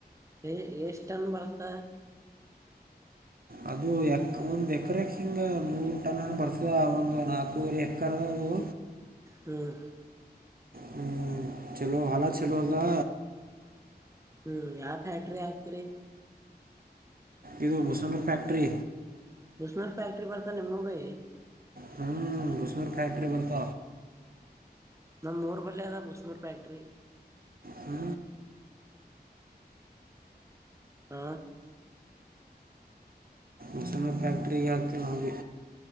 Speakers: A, on the right (about 15°); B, on the right (about 60°).
A: ಹ ಎಷ್ಟಂದ ಬರ್ತ
B: ಅದು ಎ ಒಂದು ಎಕರೆಕ್ಕೆ ಹಿಂಗೆ ನೂರು ಟನ್ ಹಂಗೆ ಬರ್ತದೆ ಒಂದು ನಾಲ್ಕುವವರೆ ಎಕರೆ ಅದು
A: ಹ್ಮ್
B: ಹ್ಮ್ ಚಲೋ ಹಾಲ ಚಲ ಅದಾ
A: ಹ್ಮ್ ಯಾವ ಫ್ಯಾಕ್ಟ್ರಿ ಹಾಕ್ತಿರಿ
B: ಇದು ಬಸಮಫ್ಯಾಕ್ಟ್ರರಿ
A: ಬಸಣ್ಣ ಫ್ಯಾಕ್ಟ್ರಿ ಬರ್ತಾ ನಿಮ್ಮಗೆ
B: ಹ್ಮ್ ಉಸ್ನರ್ ಫ್ಯಾಕ್ಟ್ರಿ ಬರ್ತ
A: ನಮ್ಮ ಊರ್ ಬಳ್ಳಿ ಅದ ಬಸ್ನೂರ್ ಫ್ಯಾಕ್ಟ್ರಿ
B: ಹ್ಮ
A: ಹ
B: ಉಸನಫ್ಯಾಕ್ಟ್ರಿಗೆ ಆಕ ನಾಗೆ